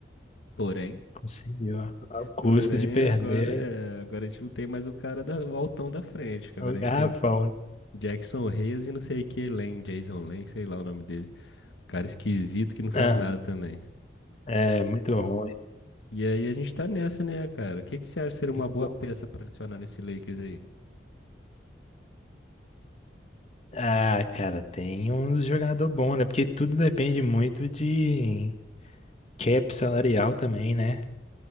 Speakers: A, on the left; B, on the left.
A: Porém.
B: conseguiu. ó. Ao custo
A: Porém,
B: de perder.
A: agora é, agora a gente não tem mais o cara da, o altão da frente, que agora
B: O
A: a
B: garrafão.
A: gente tem Jackson Reyes e não sei que Lane, Jason Lane, sei lá o nome dele. Um cara esquisito que não faz
B: Ah,
A: nada também.
B: é muito ruim.
A: E aí a gente tá nessa, né, cara? O que que você acha ser uma
B: Muito
A: boa peça
B: ruim.
A: pra adicionar nesse Lakers aí?
B: Ah, cara, tem uns jogador bom, né? Porque tudo depende muito de cap salarial também, né?